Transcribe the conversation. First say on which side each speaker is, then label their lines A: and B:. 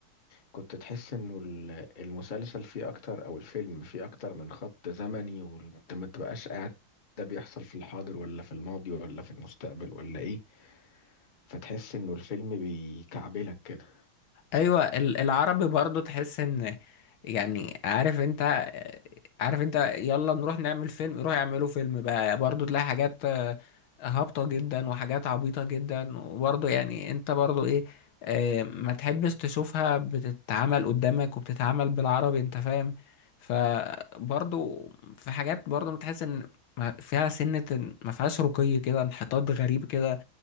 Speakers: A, on the left; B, on the left.
A: كنت تحس انه ال- المسلسل فيه اكتر او الفيلم فيه اكتر من خط زمني وانت ما تبقاش قاعد ده بيحصل في الحاضر ولا في الماضي ولا في المستقبل ولا ايه فتحس انه الفيلم بيكعبلك كده
B: ايوه ال- العربي برضو تحس ان يعني عارف انت عارف انت يلا نروح نعمل فيلم يروح يعملوا فيلم بقى برضو تلاقي حاجات آه، هابطة جدا وحاجات عبيطة جدا وبرضو يعني انت برضو ايه آه، ما تحبش تشوفها بتتعمل قدامك وبتتعمل بالعربي انت فاهم فبرضو في حاجات برضو بتحس ان ما- فيها سنة إن- ما فيهاش رقي كده انحطاط غريب كده